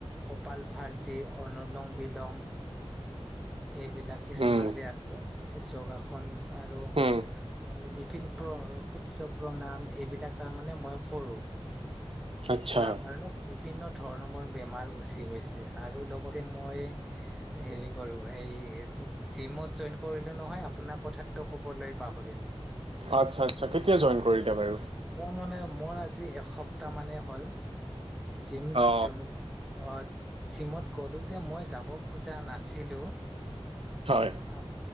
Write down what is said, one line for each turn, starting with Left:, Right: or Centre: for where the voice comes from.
Centre: কপাল ভাৰ্টি, অনলং বিলং এইবিলাক কিছুমান
Right: উম
Centre: যে আছে, য়োগাসন আৰু
Right: উম
Centre: মানে বিভিন্ন প্ৰ সূৰ্য প্ৰণাম, এইবিলাক তাৰমানে মই কৰো,
Right: আচ্ছা
Centre: কৰা কাৰণে বিভিন্ন ধৰণৰ মোৰ বেমাৰ গুচি গৈছে আৰু লগতে মই হেৰি কৰো, এই এটো জিমত জইন কৰিলো নহয়, আপোনাক কথাটো কবলৈ পাহৰিলো।
Right: আচ্ছা আচ্ছা কেতিয়া
Centre: <unintelligible>
Right: জইন কৰিলে বাৰু
Centre: মানে মোৰ আজি এসপ্তাহ মানেই হ'ল, জিম
Right: অ
Centre: জইন অ জিমত গলো যে মই যাব খোজা নাছিলো
Right: হয়
Centre: আ